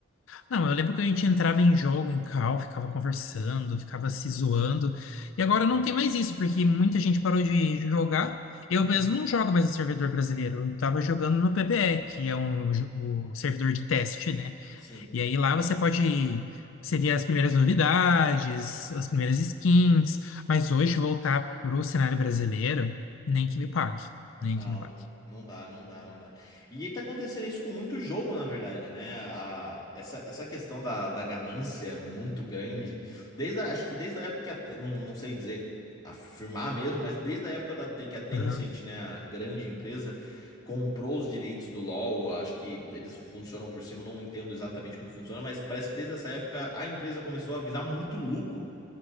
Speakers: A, on the left; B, on the left.
A: Não, eu lembro que a gente entrava em jogo, em call, ficava conversando, ficava se zoando. E agora não tem mais isso, porque muita gente parou de jogar. Eu
B: Uhum.
A: mesmo não jogo mais no servidor brasileiro. Eu tava jogando no PBE, que é um, jo- o servidor de teste, né?
B: Sim.
A: E aí lá você pode. Você vê as primeiras novidades, as primeiras skins. Mas hoje voltar pro cenário brasileiro, nem que me pague. Nem
B: Não,
A: que me pague.
B: não dá, não dá, não dá. E tá acontecendo isso com muito jogo, na verdade, né? A- essa, essa questão da, da ganância é muito grande, desde a- acho que desde a época que a Ten- não, não sei dizer, afirmar mesmo, mas desde a época da, Ten- que a Tencent,
A: Aham,
B: né, a grande empresa, comprou os direitos do LoL, acho que eles funcionam por cima, não entendo exatamente como funciona, mas parece que desde essa época a empresa começou a visar muito lucro.